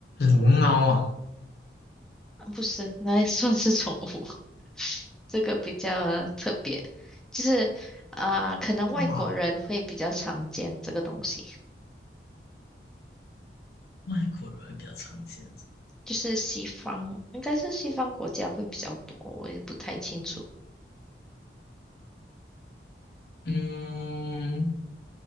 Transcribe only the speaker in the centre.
不是，那也算是宠物。<laughs> 这个比较特别，就是啊、呃可能外国人会比较常见这个东西。
就是西方，应该是西方国家会比较多，我也不太清楚。